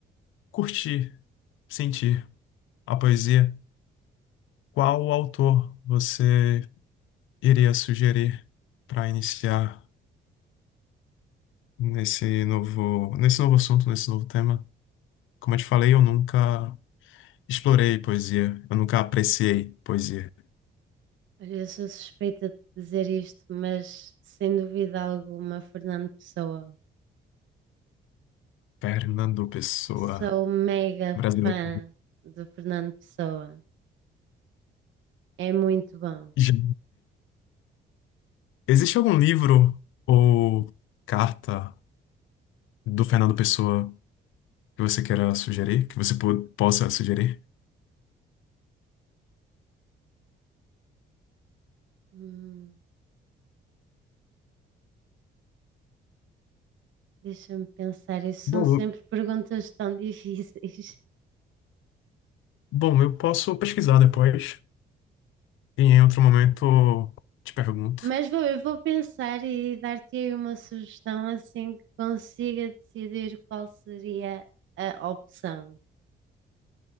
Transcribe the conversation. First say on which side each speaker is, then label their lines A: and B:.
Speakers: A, on the left; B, on the right.
A: curtir, sentir a poesia, qual autor você iria sugerir para iniciar nesse novo, nesse novo assunto, nesse novo tema? Como eu te falei, eu nunca explorei poesia, eu nunca apreciei poesia.
B: Olha, eu sou suspeita de dizer isto, mas sem dúvida alguma, Fernando Pessoa.
A: Fernando Pessoa,
B: Sou mega
A: brasileiro.
B: fã de Fernando Pessoa. É muito bom.
A: Já. Existe algum livro ou carta do Fernando Pessoa que você queira sugerir, que você po- possa sugerir?
B: Hum, deixa-me pensar, isso são
A: Bom,
B: sempre <laughs> perguntas tão difíceis.
A: bom, eu posso pesquisar depois e em outro momento te pergunto.
B: Mas vou, eu vou pensar e dar-te aí uma sugestão assim que consiga decidir qual seria a opção.